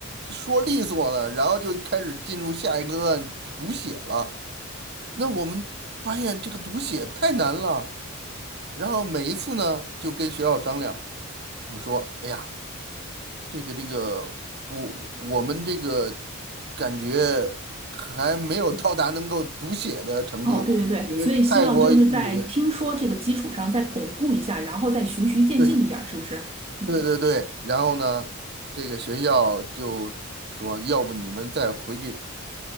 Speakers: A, on the right; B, on the right.
A: 说利索了，然后就开始进入下一个段读写了。那我们发现这个读写太难了，然后每一次呢就跟学校商量，我们说，哎呀，这个这个，我我们这个感觉还没有到达能够读写的程度，
B: 哦，对对对，
A: 因为泰国语。
B: 所以希望就是在听说这个基础上再巩固一下，然后再循序渐进一点儿，
A: 对。
B: 是不是？嗯，
A: 对对对，然后呢，这个学校就说，要不你们再回去